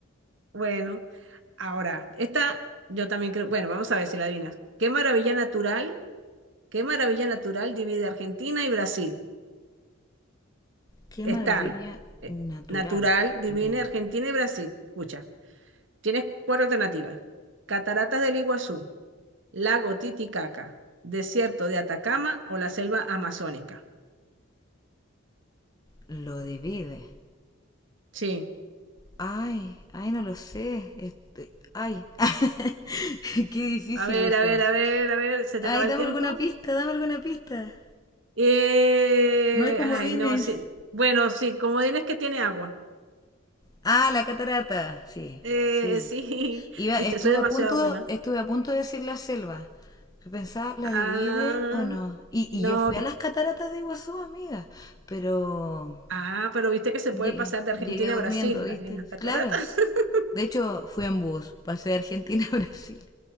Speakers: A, on the right (about 60°); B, on the left (about 20°).
A: bueno. Ahora, esta yo también creo, bueno, vamos a ver si la adivinas. ¿Qué maravilla natural, qué maravilla natural divide Argentina y Brasil?
B: ¡Qué
A: Están
B: maravilla
A: eh,
B: natural!
A: natural, divide
B: Ya,
A: Argentina y Brasil. Escucha. Tienes cuatro alternativas. Cataratas del Iguazú, lago Titicaca, desierto de Atacama o la selva amazónica.
B: lo divide.
A: Sí.
B: Ay, ay, no lo sé. Este, ay, <laughs> qué difícil
A: A ver,
B: esa.
A: a ver, a ver, a ver, se
B: Ay,
A: te acaba
B: dame
A: el tiempo.
B: alguna pista, dame alguna pista.
A: Eh,
B: No hay comodines.
A: ay, no, sí. Bueno, sí, como dices que tiene agua.
B: Ah, la catarata, sí,
A: Eh,
B: sí.
A: sí,
B: Iba,
A: <laughs> viste,
B: estuve
A: soy demasiado
B: a punto,
A: buena.
B: estuve a punto de decir la selva. Yo pensaba, ¿la
A: Ah,
B: divide o no? Y,
A: no.
B: y yo fui a las cataratas de Iguazú, amiga, pero
A: Ah, pero viste que se
B: llegué,
A: puede pasar de Argentina
B: llegué durmiendo,
A: a Brasil
B: ¿viste?
A: en las cataratas.
B: Claro.
A: <laughs>
B: De hecho, fui en bus, pasé de Argentina a <laughs> Brasil.